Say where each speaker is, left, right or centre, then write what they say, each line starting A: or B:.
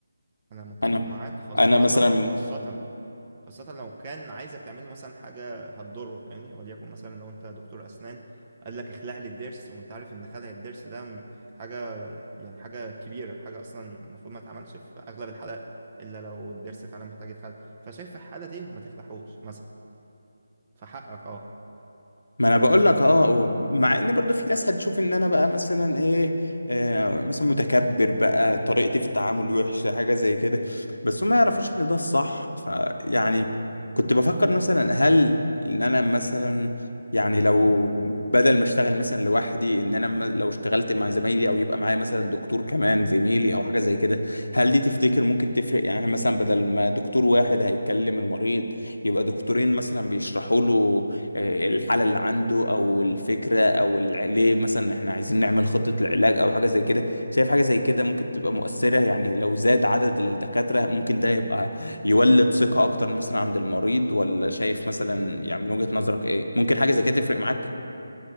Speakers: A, on the right; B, on the left.
A: انا متفق
B: انا
A: معاك خاصة
B: انا مثلا
A: خاصة خاصة لو كان عايزك تعمل له مثلا حاجة هتضره فاهمني وليكن مثلا لو انت دكتور أسنان قال لك اخلع لي الضرس وانت عارف ان خلع الضرس ده م- حاجة يعني حاجة كبيرة حاجة أصلا المفروض ما تتعملش في أغلب الحالات إلا لو الضرس فعلا محتاج يتخلع فشايف في الحالة دي ما تخلعهوش مثلا فحقك اه
B: ما انا بقول لك اه و- مع ان برضو في ناس هتشوف ان انا بقى مثلا ايه آه مثلا متكبر بقى طريقتي في التعامل وحشه حاجه زي كده بس هم ما يعرفوش ان ده الصح فيعني كنت بفكر مثلا هل ان انا مثلا يعني لو بدل ما اشتغل مثلا لوحدي ان انا م- لو اشتغلت مع زمايلي او يبقى معايا مثلا دكتور كمان زميلي او حاجه زي كده هل دي تفتكر ممكن تفرق يعني إحنا مثلا بدل ما دكتور واحد هيتكلم المريض يبقى دكتورين مثلا بيشرحوا له آه، الحالة اللي عنده أو الفكرة أو الع... ليه مثلا إحنا عايزين نعمل خطة العلاج أو حاجة زي كده شايف حاجة زي كده ممكن تبقى مؤثرة يعني لو زاد عدد الدكاترة ممكن ده يبقى يولد ثقة أكتر مثلا عند المريض ولا شايف مثلا يعني من وجهة نظرك إيه ممكن حاجة زي كده تفرق معاك؟